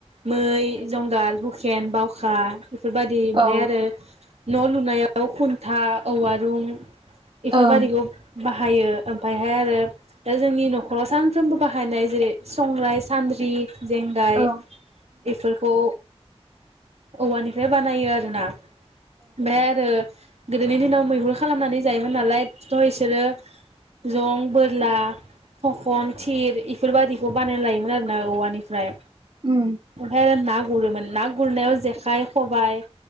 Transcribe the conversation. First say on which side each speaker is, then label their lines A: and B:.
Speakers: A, on the right; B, on the right.
A: मै जुंगाल हुखेन बावखा बेफोरबायदि ओमफाय
B: ओं
A: आरो न' लुनायाव खुन्था औवा रूं इफोरबादिखौ
B: उम
A: बाहायो ओमफायहाय आरो दा जोंनि न'खराव सानफ्रोमबो बाहायनाय जेरै संराइ सान्द्रि जेंगाय
B: औ
A: बेफोरखौ औवानिफ्राय बानायो आरोना ओमफाय आरो गोदोनि दिनाव मैहुर खालामनानै जायोमोन नालाय फिथ इसोरो जं बोरला थखन थिर इफोरबायदिखौ बानायना लायोमोन आरोना औवानिफ्राय
B: उम
A: अन्थायनो ना गुरोमोन ना गुरनायाव जेखाइ खबाइ